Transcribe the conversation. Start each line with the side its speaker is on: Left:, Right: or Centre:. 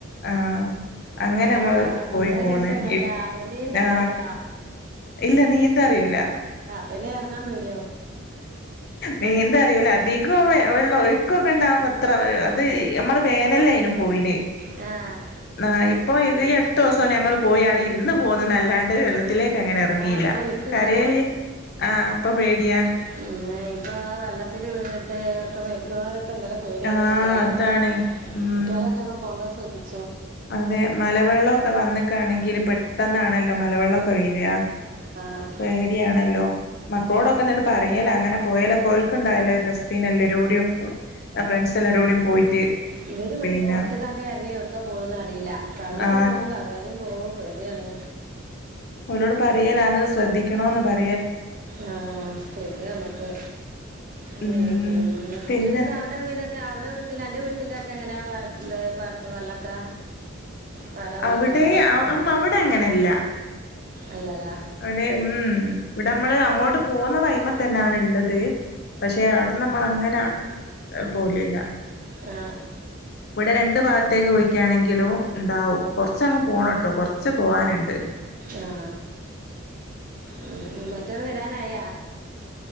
Left: ആ അങ്ങനെമ്മൾ
Right: ആഹ്
Left: പോയി
Right: അത്
Left: പോന്ന്
Right: രസാണല്ലോ
Left: ഈ
Right: നീന്തീന്തൊക്കെ
Left: ആ
Right: അറിയോ
Left: ഇല്ല നീന്താറിയൂല
Right: പിന്നെയെറങ്ങാൻ പേടി
Left: നീന്തറിയൂല അധികം വെള്ളോ യുക്കൊക്കെണ്ടാവുമ്പത്ര അത് ഞമ്മള് വേനൽനെയിനും പോയിനെയ്
Right: ആ
Left: ആ ഇപ്പൊ ഇതീ അടുത്ത്വസാ ഞങ്ങള്പോയി അടിര്ന്നുപോന്നുന്നല്ലാണ്ട് വെള്ള തിലേക്ക്അങ്ങനെ ഇറങ്ങിയില്ല
Right: ആഹ് അപ്പൊ ഒഴുക്കുണ്ടാവും
Left: കരയല് ആ അപ്പൊപേടിയാ
Right: പിന്നെ ഇപ്പൊതാ വെള്ളത്തില് വീണ ഒക്കെ മരിക്കുന്നവരൊക്കെ പേടിയെയിനിം
Left: ആ
Right: കുട്ടിയളൊക്കെ
Left: അതാണ് ഉം
Right: കുട്ടിയ ളെറ്റൊക്കെ പോകുമ്പോശ്രദ്ധിച്ചു
Left: അതെ മലവെള്ളവൊക്കെ വന്നിക്കാണെങ്കിൽ പെട്ടെന്നാണല്ലോ മലവെള്ളവൊക്കെവെ ര
Right: ആഹ്
Left: പേടിയണല്ലോ മക്കളോടൊക്കെന്നട്ട് പറയലങ്ങനെ പോയേൽക്കോല് ക്കണ്ടായലൊരെസായിനിം എല്ലരോടെയൊപ്പം ഫ്രണ്ട്സ് എല്ലരോടെയും പോയിട്ട്
Right: ഇവര്വ്ട്ന്ന്പുറത്തക്കാങ്ങാട്ടറങ്ങിയാ
Left: പിന്നെ
Right: എവ്ട്ക്ക പോ പോവ്ന്നറീല പറഞ്ഞിട്ടും
Left: ആ
Right: പോവും പറയാതിംപോവും പേടിയാണ്
Left: ഓനോട്‌പറയലാണ് ശ്രദ്ധിക്കണോന്ന് പറ
Right: ആ ശരി നമ്മക്ക് <unintelligible>
Left: ഉം പിന്നെ
Right: വീടിന്റെ അവിടെവീട അവ്ടെ വീട്ടിൽ അന്റെ വീട്ടിലൊക്കെങ്ങനെ പാടത്ത് വെള്ളൊക്കെ പാടവെള്ളൊക്കെ
Left: അവിടെ
Right: ഇണ്ടാ
Left: ആ അവിടെങ്ങനെല്ല
Right: അല്ലല്ലേ
Left: അവിടെ ഉം ഇവിടെമ്മള് അങ്ങോട്ട് പോകുന്നത് അയ്മത്തന്നേണ്ള്ളത് പക്ഷെ അവിടെ നമ്മള്ങ്ങനെ പോലില്ല
Right: ആ
Left: ഇവിടെരണ്ടുഭാഗത്തേക്ക് പോയിക്കാണെങ്കിലുംണ്ടാവും കുറചങ്ങ് പോണട്ടോ കൊർച്ച് പോവാന്ണ്ട്
Right: ആ ഉ മറ്റൊള് വരാനായാ